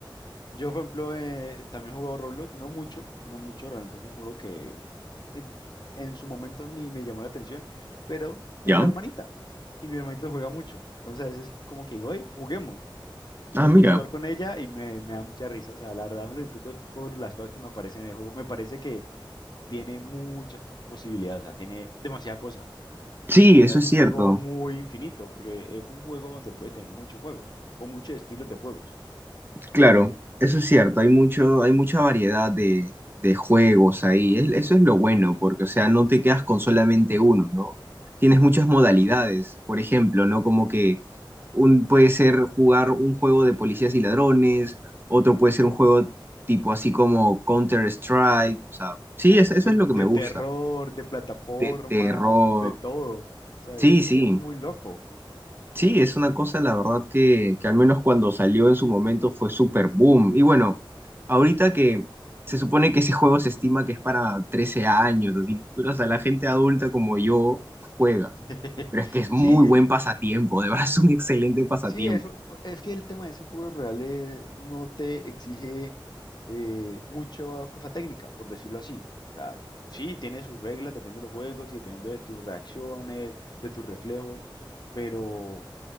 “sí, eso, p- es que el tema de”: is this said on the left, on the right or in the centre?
Left